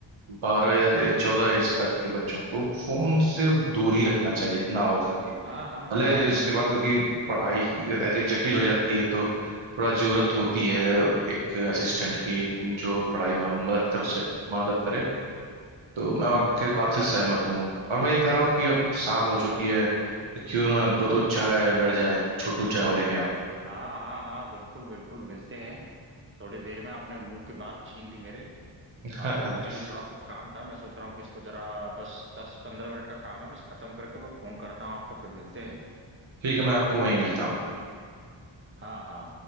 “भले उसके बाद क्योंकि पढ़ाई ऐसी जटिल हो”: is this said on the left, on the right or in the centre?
Right